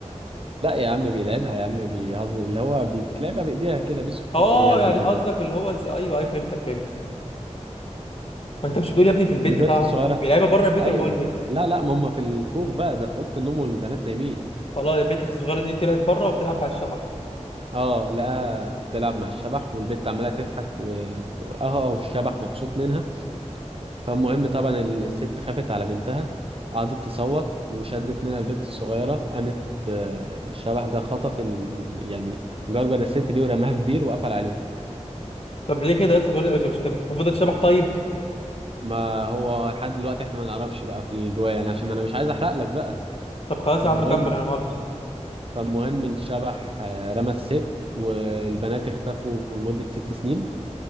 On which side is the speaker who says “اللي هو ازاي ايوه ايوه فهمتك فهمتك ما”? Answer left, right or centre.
Left